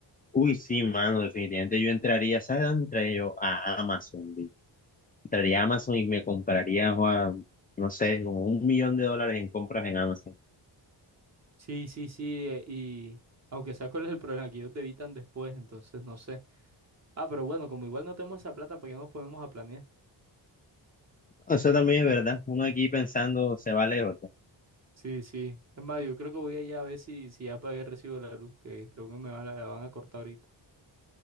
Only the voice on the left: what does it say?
Uy, sí, mano, definitivamente yo entraría, ¿sabes dónde entraría yo? A Amazon, vi. Entraría a Amazon y me compraría, Juan, no sé, como un millón de dólares en compras en Amazon.
Eso también es verdad. Uno aquí pensando se vale otro.